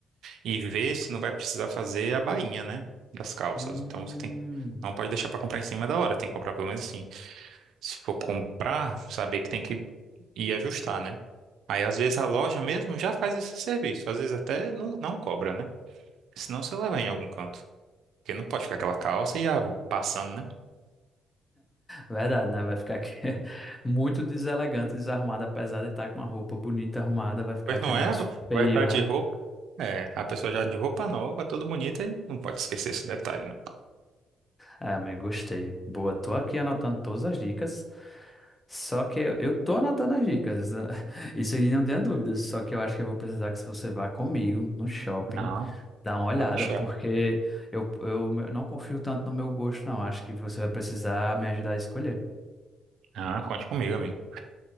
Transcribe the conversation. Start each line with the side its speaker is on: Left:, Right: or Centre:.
Right: e ver se não vai precisar fazer a bainha, né? Das calças.
Left: Hum,
Right: Então, você tem, não pode deixar pra comprar em cima da hora, tem que comprar pelo menos assim. Se for comprar, saber que tem que ir ajustar, né? Aí, às vezes, a loja mesmo já faz esse serviço, às vezes até não, não cobra, né? Senão você leva em algum canto. Porque não pode ficar aquela calça e a passando, né?
Left: verdade, né? Vai ficar aqui <laughs> muito deselegante, desarrumado, apesar de estar com uma roupa bonita arrumada, vai ficar
Right: Pois
Left: aquele
Right: não é?
Left: negócio feio,
Right: Vai estar
Left: né?
Right: de roupa. É, a pessoa já de roupa nova, toda bonita, e não pode esquecer esse detalhe, né?
Left: Ah, amigo, gostei. Boa, tô aqui anotando todas as dicas. Só que eu eu tô anotando as dicas. né? <laughs> Isso aí não tenha dúvidas. Só que eu acho que eu vou precisar que você vá comigo no shopping,
Right: Não,
Left: dar uma olhada,
Right: pode deixar.
Left: porque eu, eu não confio tanto no meu gosto, não. Acho que você vai precisar me ajudar a escolher.
Right: Ah, conte comigo, amigo.